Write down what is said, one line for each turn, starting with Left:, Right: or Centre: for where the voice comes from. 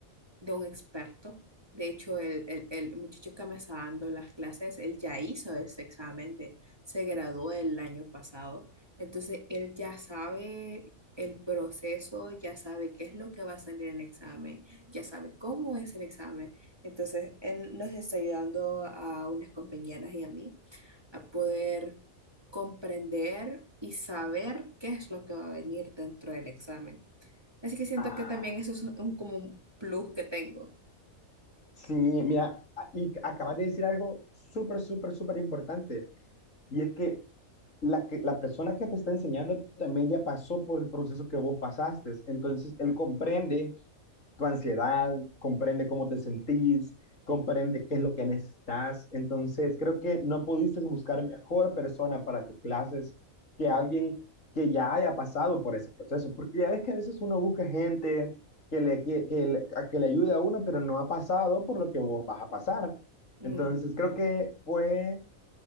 Right: de un experto. De hecho, el, el- el muchacho que me está dando las clases, él ya hizo ese examen, de, se graduó el año pasado. Entonces, él ya sabe el proceso, ya sabe qué es lo que va a salir en el examen, ya sabe cómo es el examen. Entonces, él nos está ayudando a unas compañeras y a mí a poder comprender y saber qué es lo que va a venir dentro del examen. Así que siento
Left: Ah,
Right: que también eso es un, como un plus que tengo.
Left: sí, mira, a- y acabas de decir algo súper, súper, súper importante, y es que la, que la persona que te está enseñando también ya pasó por el proceso que vos pasaste, entonces él comprende tu ansiedad, comprende cómo te sentís, comprende qué es lo que necesitas. Entonces, creo que no pudiste buscar mejor persona para tus clases que alguien que ya haya pasado por ese proceso, porque ya ves que a veces uno busca gente que le, que, que le- a que le ayude a uno, pero no ha pasado por lo que vos vas a pasar. Entonces,
Right: Ujú.
Left: creo que fue